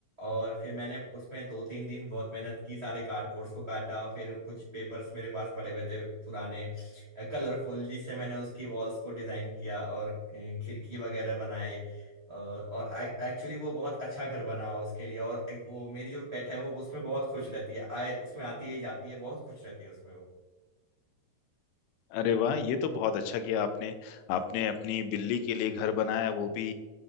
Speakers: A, on the right; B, on the left.
A: और फिर मैंने उसमें दो तीन दिन बहुत मेहनत की सारे कार्डबोर्ड्स को काटा फिर कुछ पेपर्स मेरे पास पड़े हुए थे पुराने कलरफुल जिससे मैंने उसकी वॉल्स को डिजाइन किया और अ, खिड़की वगैरह बनाए अ, और एक्चुअली वो बहुत अच्छा घर बना उसके लिए और एक वो मेरी जो पेट है वो उसमें बहुत खुश रहती है आए उसमें आती है जाती है बहुत खुश रहती है उसमें वो
B: अरे वाह ये तो बहुत अच्छा किया आपने आपने अपनी बिल्ली के लिए घर बनाया वो भी